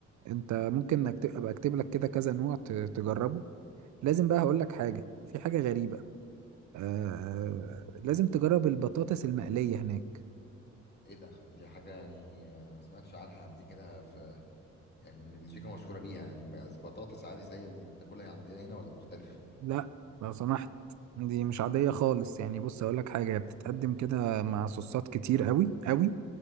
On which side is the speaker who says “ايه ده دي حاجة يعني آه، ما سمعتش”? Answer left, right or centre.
Left